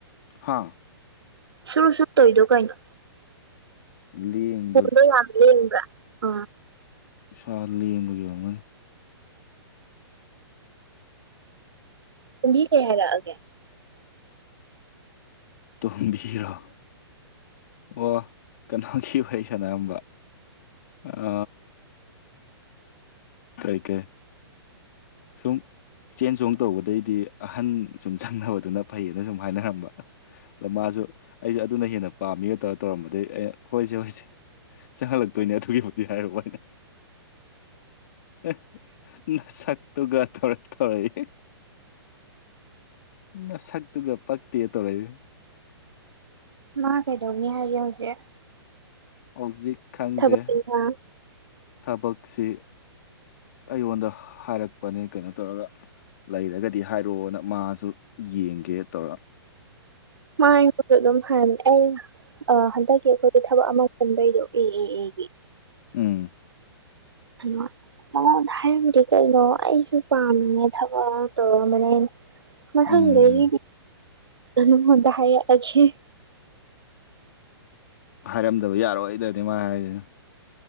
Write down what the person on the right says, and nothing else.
ꯁꯨꯔꯨ ꯁꯨꯔꯨ ꯇꯧꯏꯗꯣ ꯀꯩꯅꯣ
ꯐꯣꯟꯗꯣ ꯌꯥꯝ ꯂꯦꯡꯕ꯭ꯔ ꯑ
<unintelligible> ꯕꯤ ꯀꯩ ꯍꯥꯏꯔꯛꯑꯒꯦ
ꯃꯥ ꯀꯩꯗꯧꯅꯤ ꯍꯥꯏꯒꯦ ꯍꯧꯖꯤꯛ
ꯊꯕꯛ ꯏꯪꯈꯥꯡ
ꯃꯥ ꯑꯩꯉꯣꯟꯗ ꯑꯗꯨꯝ ꯍꯥꯏꯕꯅꯦ ꯑꯩꯅ ꯑ ꯍꯟꯗꯛꯀꯤ ꯑꯩꯈꯣꯏꯒꯤ ꯊꯕꯛ ꯑꯃ ꯈꯟꯕꯩꯗꯣ ꯑꯦ ꯑꯦ ꯑꯦꯒꯤ
ꯍꯥꯜꯂꯣ ꯃꯥꯉꯣꯟꯗ ꯍꯥꯏꯔꯝꯗꯦ ꯀꯩꯅꯣ ꯑꯩꯁꯨ ꯄꯥꯝꯃꯤꯅꯦ ꯊꯕꯛ ꯑꯃ ꯇꯧꯔꯝꯕꯅꯦ ꯃꯊꯪꯗꯒꯤꯗꯤ
ꯅꯉꯣꯟꯗ ꯍꯥꯏꯔꯛꯑꯒꯦ